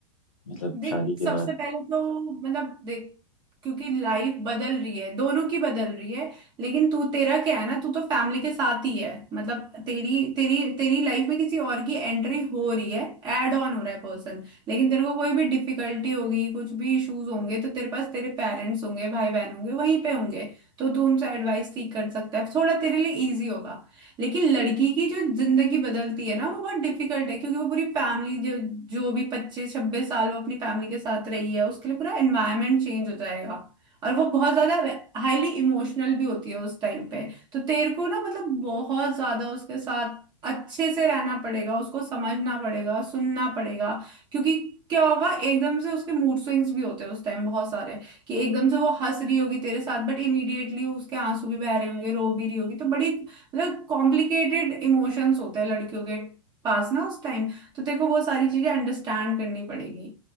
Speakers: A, on the left; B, on the right.
A: मतलब
B: देख
A: शादी के
B: सबसे
A: बाद
B: पहले तो मतलब देख क्योंकि लाइफ बदल रही है दोनों की बदल रही है लेकिन तू तेरा क्या है ना तू तो फैमिली के साथ ही है मतलब तेरी तेरी तेरी लाइफ में किसी और की एंट्री हो रही है ऐड ऑन हो रहा है पर्सन लेकिन तेरे को कोई भी डिफिकल्टी होगी कुछ भी इश्यूज होंगे तो तेरे पास तेरे पेरेंट्स होंगे भाई बहन होंगे वहीं पे होंगे तो तू उनसे एडवाइस सीख कर सकता है थोड़ा तेरे लिए इजी होगा लेकिन लड़की की जो जिंदगी बदलती है ना वो बहुत डिफिकल्ट है क्योंकि वो पूरी फैमिली जो जो भी पच्चीस छब्बीस साल वो अपनी फैमिली के साथ रही है उसके लिए पूरा एनवायरनमेंट चेंज हो जाएगा और वो बहुत ज्यादा हाईली इमोशनल भी होती है उस टाइम पे तो तेरे को ना मतलब बहुत ज्यादा उसके साथ अच्छे से रहना पड़ेगा उसको समझना पड़ेगा सुनना पड़ेगा क्योंकि क्या होगा एकदम से उसके मूड स्विंग्स भी होते हैं उस टाइम बहुत सारे कि एकदम से वो हंस रही होगी तेरे साथ बट इमीडिएटली उसके आंसू भी बह रहे होंगे रो भी रही होगी तो बड़ी मतलब कॉम्प्लिकेटेड इमोशंस होते हैं लड़कियों के पास ना उस टाइम तो तेरे को वो सारी चीजें अंडरस्टैंड करनी पड़ेगी